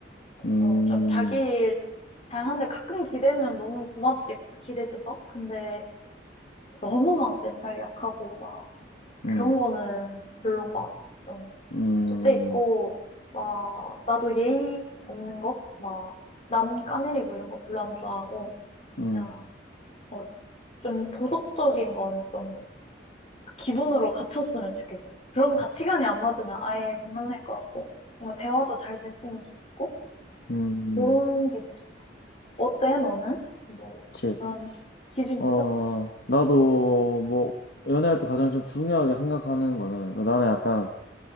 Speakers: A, on the left; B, on the left.
A: 그래서
B: 음,
A: 좀 자기
B: 음,
A: 일 잘하는데 가끔 기대면 너무 고맙지, 기대줘서. 근데 너무 막 멘탈 약하고, 막 그런
B: 음,
A: 거는 별론 것 같아. 좀,
B: 음,
A: 그때 있고, 막, 나도 예의 없는 거? 막, 남 까내리고 이런 거 별로 안 좋아하고,
B: 음,
A: 야,
B: 음.
A: 어, 좀 도덕적인 건좀 기본으로 갖췄으면 좋겠어. 그런 가치관이 안 맞으면 아예 못 만날 것 같고, 뭔가 대화도 잘 됐으면 좋겠고,
B: 음.
A: 그런 기준. 어때, 너는? 뭐,
B: 그치.
A: 그런 기준이
B: 어,
A: 있어?
B: 나도 뭐, 연애할 때 가장 좀 중요하게 생각하는 거는, 나는 약간